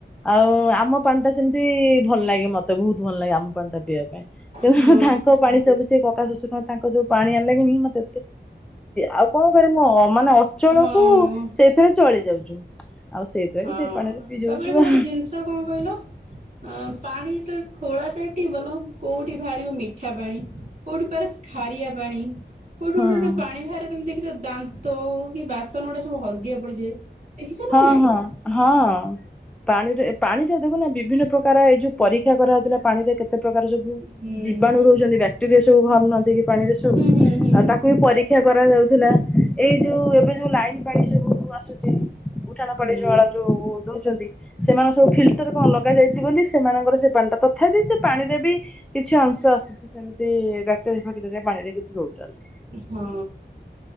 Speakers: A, in the centre; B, on the right.
A: ଆଉ ଆମ ପାଣିଟା ସେ ସେମିତି ଭଲ ଲାଗେ ମତେ ବହୁତ ଭଲ ଲାଗେ ଆମ ପାଣି ଟା ପିଇବାକୁ।
B: ହଁ
A: ତାଙ୍କ ପାଣି ସବୁ ସେ କକା ଶଶୁର ତାଙ୍କ ଯୋଉ ପାଣି ଆଣିଲା ଗିଣି ମତେ ଆଉ କଣ କରିବି ମୁଁ ମାନେ ଅଚଳକୁ
B: ହଁ।
A: ସେଇଥିରେ ଚଳି ଯାଉଛୁ। ଆଉ ସେଇଥିରେ
B: ହଁ
A: ସେଇ ପାଣିରେ ପିଇ ଯାଉଛୁ
B: ତାପରେ ବି
A: ଆଉ
B: ଗୋଟେ ଜିନିଷ କଣ କହିଲ। ଅ ପାଣି ଯେତେବେଳେ ଖୋଳାଯାଏ ଟିବଲ କୋଉଠି ବାହାରିବ ମିଠା ପାଣି କୋଉଠି ଭାରେ ଖାରିଆ ପାଣି। କୋଉଠି
A: ହଁ।
B: ଗୋଟେ ଗୋଟେ ପାଣି ବାହାରେ ତମେ ଦେଖିଚ ଦାନ୍ତ ହଉ କି ବାସନ ଗୁଡ଼ାକ ସବୁ ହଳଦିଆ ପଡ଼ିଯାଏ। ଦେଖିଚ
A: ହଁ
B: ନା ନାଇଁ।
A: ହଁ ହଁ ପାଣିରେ ପାଣି ଟା ଦେଖୁନା ବିଭିନ୍ନ ପ୍ରକାର ଏ ଯୋଉ ପରୀକ୍ଷା କରାହେଉଥିଲା ପାଣିରେ କେ କେତେ ପ୍ରକାର ସବୁ
B: ହୁଁ
A: ଜୀବାଣୁ ରହୁଛନ୍ତି ବ୍ୟାକ୍ଟେରିଆ ସବୁ ଭାରୁନାହାନ୍ତି କି ପାଣିରେ ସବୁ
B: ହୁଁ ହୁଁ
A: ଆଉ ତାକୁ ବି ପରୀ କ୍ଷା କରାଯାଉଥିଲା ଏଇ ଯୋଉ ଏବେ ଯୋଉ ଲାଇନ୍ ପାଣି ସବୁ ଆସୁଚି। ଉଠାଣ ପାଣିଜଳା
B: ହୁଁ
A: ଯୋଉ ଦଉଛନ୍ତି ସେମାନେ ସବୁ ଫିଲ୍ଟର କଣ ଲଗା ଯାଇଚି ବୋଲି ସେମାନଙ୍କର ସେ ପାଣିଟା ତଥାପି ସେ ପାଣିରେ ବି କିଛି ଅଂଶ ଆସୁଚି ସେମିତି ବ୍ୟାକ୍ଟେରିଆ ଫେକ୍ଟେରିଆ ପାଣିରେ କିଛି ରହୁଛନ୍ତି।
B: ହଁ।